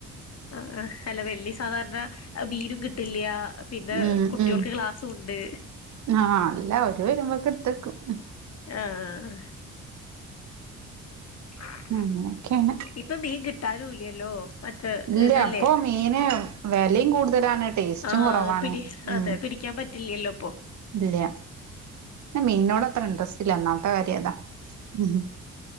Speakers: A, on the left; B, on the right.
A: ആഹ് ആഹ് അല്ല വെള്ളി സാധാരണ ബീനും കിട്ടില്യ പിന്നെ
B: ഉം
A: കുട്ട്യോൾക്ക്
B: ഉം
A: ക്ലാസും ഉണ്ട്.
B: ആഹ് അല്ല ഓര് വരുമ്പോക്ക്‌ ഇടുത്തേക്കും
A: ആഹ് ആഹ് ആ.
B: അങ്ങനെയൊക്കെയാണ്
A: ഇപ്പം മീൻ കിട്ടാനുംല്ലല്ലോ മറ്റേ
B: ഇല്ല
A: ഇതല്ലേ
B: അപ്പൊ മീന് വെലയും കൂടുതലാണ് ടേസ്റ്റും
A: ആ
B: കുറവാണ്
A: പിടി അതെ
B: ഉം
A: പിടിക്കാൻ പറ്റ് ട്ടില്ലല്ലോപ്പോ
B: ഇല്ല ഇന്ന് മീൻനോട് അത്ര ഇൻട്രസ്റ്റ് ഇല്ല ഒന്നാമത്തെ കാര്യം അതാ ഉം